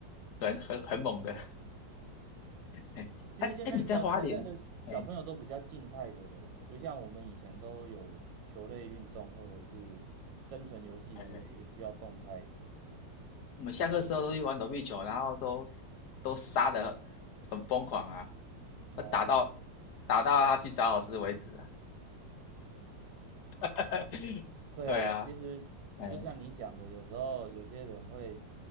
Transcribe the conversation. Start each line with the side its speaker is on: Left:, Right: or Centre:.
Left: 很很很猛的。哎，
Right: 其实现在小现在的小朋友都比较静态的了，
Left: 哎哎，你在花莲？哎
Right: 不像我们以前都有球类运动或者是生存游戏之类，
Left: 哎，
Right: 也需要动态的。
Left: 我们下课时候都去玩躲避球，然后都都杀的很疯狂啊，
Right: 哦。
Left: 打到打到他去找老师为止啊。<laughs>
Right: 对啊，
Left: 对啊。
Right: 其实就像你讲的，
Left: 哎
Right: 有时候有些人会